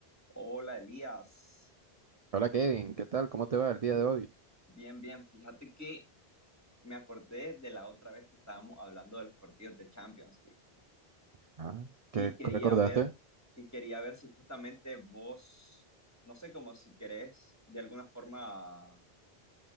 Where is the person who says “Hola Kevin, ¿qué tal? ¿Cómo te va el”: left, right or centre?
Right